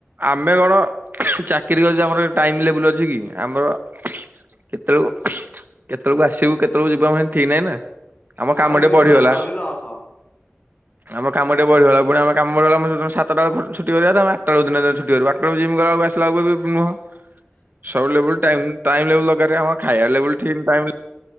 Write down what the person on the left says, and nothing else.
ଆଉ ହେମିତି
ହେଲେ ଜହନି ଲସ୍ ହବ।
ହ <inaudible>